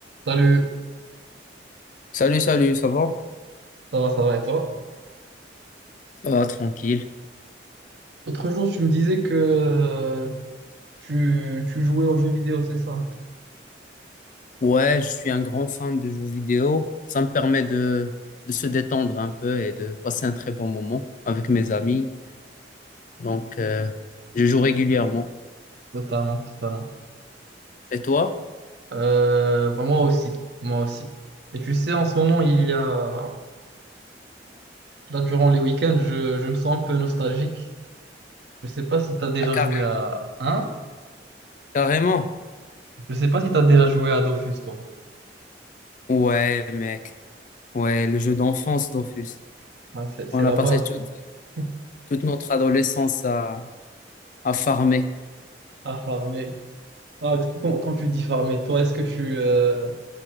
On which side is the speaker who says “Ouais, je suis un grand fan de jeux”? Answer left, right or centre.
Left